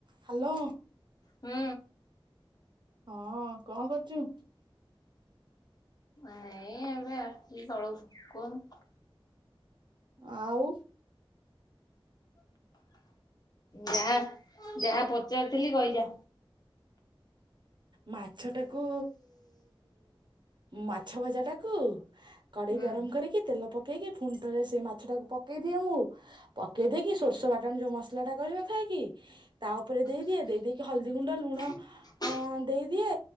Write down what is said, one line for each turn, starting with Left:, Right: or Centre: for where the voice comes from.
Right: Hello.
Left: ହୁଁ।
Right: ହଁ କଁ କରଚୁ?
Left: ଏଇ ଏବେ ଆସଚି ତଳୁକୁ କୋହୁନୁ।
Right: ଆଉ
Left: ଯାହା ଯାହା ପଚାରିଥିଲି କହିଯା।
Right: ମାଛଟାକୁ ମାଛ ଭଜାଟା କୁ କଡ଼େଇ
Left: ହୁଁ
Right: ଗରମ କରିକି ତେଲ ପକେଇକି ଫୁଣି ଥରେ ସେ ମାଛଟାକୁ ପକେଇ ଦିଏ ମୁଁ। ପକେଇ ଦେଇକି ସୋରିଷ ବାଟଣ ଯୋଉ ମସଲାଟା କରିନଥାଏ କି। ତା ଓପରେ ଦେଇଦିଏ ଦେଇ ଦେଇକି ହଳଦୀ ଗୁଣ୍ଡ ଲୁଣ
Left: <unintelligible>
Right: ହଁ ଦେଇଦିଏ